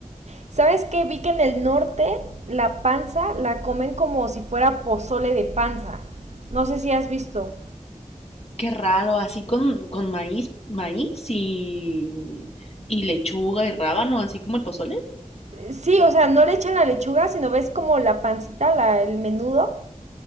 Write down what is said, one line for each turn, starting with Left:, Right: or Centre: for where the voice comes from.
Right: ¿Sabes qué? Vi que en el norte la panza la comen como si fuera pozole de panza. No sé si has visto.
Left: Qué raro, así con, con maíz, maíz y, y lechuga y rábano, así como el pozole.
Right: Sí, o sea, no le echan la lechuga, sino ves como la pancita, la- el menudo.